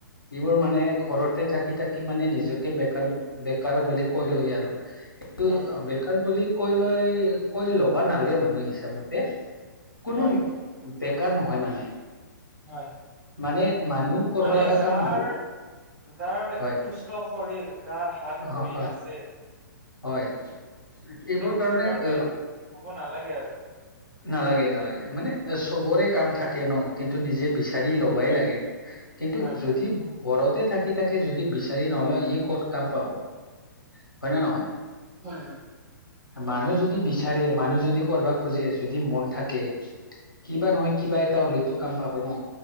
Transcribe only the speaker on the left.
এইবোৰ মানে ঘৰতে থাকি থাকি, কি মানে নিজকে বেকাৰ বেকাৰ বুলি কৈ লয় আৰু কিন্তু,
কাৰ বুলি কৈ লৈ কৈ ল'বা নালগে মানুহ হিচাপমতে, কোনো
বেকাৰ নহয় মানে।
মানে মানুহ কৰবা
লাগা
কাম বহুত।
হয়
অ
হয়
হয় এইবোৰ
কাৰণে
এ
নালাগে নালাগে মানে চবৰে কাম থাকে ন কিন্তু নিজে বেচি, চাৰি ল'বাই লাগে কিন্তু
যদি। ঘৰতে থাকি তাকে যদি বিচাৰি নলয় ই ক'ত কাম পাব! হয় নে নহয়?
মানুহ যদি বিচাৰে, মানুহ যদি কৰবা খোজে, যদি মন থাকে! কিবা নহয় কিবা এটা হ'লেওটো কাম পাব ন!